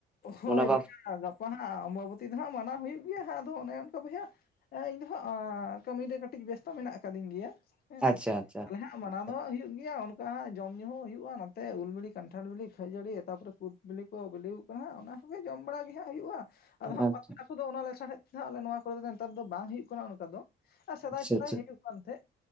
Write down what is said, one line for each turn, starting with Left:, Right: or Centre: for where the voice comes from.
Left: ᱦᱳᱭ
Centre: ᱢᱚᱱᱳᱵᱷᱟᱵ
Left: ᱵᱚᱭᱦᱟ ᱜᱟᱯᱟ ᱦᱟᱸᱜ ᱚᱢᱵᱟᱵᱩᱛᱤ ᱫᱚ ᱦᱟᱸᱜ ᱢᱟᱱᱟᱣ ᱦᱩᱭᱩᱜ ᱜᱮᱭᱟ ᱦᱟᱸᱜ, ᱟᱫᱚ ᱚᱱᱮ ᱚᱱᱠᱟ ᱵᱚᱭᱦᱟ ᱦᱮᱸ ᱤᱧ ᱫᱚ ᱦᱟᱸᱜ ᱠᱟᱹᱢᱤ ᱨᱮ ᱠᱟᱹᱴᱤᱡ ᱵᱮᱥᱛᱚ ᱢᱮᱱᱟᱜ ᱠᱟᱹᱫᱤᱧ ᱜᱮᱭᱟ ᱦᱮᱸ,
Centre: ᱟᱪᱪᱷᱟ ᱟᱪᱪᱷᱟ
Left: ᱛᱟᱦᱚᱞᱮ ᱦᱟᱸᱜ ᱢᱟᱱᱟᱣ ᱫᱚ
Centre: ᱟᱪᱪᱷᱟ
Left: ᱦᱟᱸᱜ ᱦᱩᱭᱩᱜ ᱜᱮᱭᱟ᱾ ᱚᱱᱠᱟ ᱦᱟᱸᱜ ᱡᱚᱢ ᱧᱩ ᱦᱚᱸ ᱦᱩᱭᱩᱜᱼᱟ, ᱱᱚᱛᱮ ᱩᱞ ᱵᱤᱞᱤ ᱠᱟᱱᱴᱷᱟᱲ ᱵᱤᱞᱤ ᱠᱷᱟᱹᱡᱟᱹᱲᱤ ᱛᱟᱯᱚᱨᱮ ᱠᱩ ᱫ ᱵᱤᱞᱤ ᱠᱚ ᱵᱤᱞᱤ ᱟᱠᱟᱱᱟ ᱦᱟᱸᱜ, ᱚᱱᱟ ᱠᱚᱜᱮ ᱡᱚᱢ ᱵᱟᱲᱟ ᱜᱮ ᱦᱟᱸᱜ ᱦᱩᱭᱩᱜᱼᱟ᱾ ᱟᱫᱚ ᱦᱟᱸᱜ
Centre: ᱟᱪᱪᱷᱟ
Left: ᱯᱟ ᱛᱟ ᱠᱚᱫᱚ ᱞᱮᱥᱟᱲᱦᱮᱫ ᱛᱮᱫᱚ ᱟᱞᱮ ᱱᱚᱣᱟ ᱠᱚᱨᱮ ᱫᱚ ᱱᱮᱛᱟᱨ ᱫᱚ ᱵᱟᱝ ᱦᱩᱭᱩᱜ ᱠᱟᱱᱟ ᱚᱱᱠᱟ ᱫᱚ ᱾ ᱮ ᱥᱮᱫᱟᱭ, ᱥᱮᱫᱟᱭ
Centre: ᱟᱪᱪᱷᱟ
Left: ᱦᱩᱭᱩᱜ ᱠᱟᱱ ᱛᱟᱦᱮᱸᱫ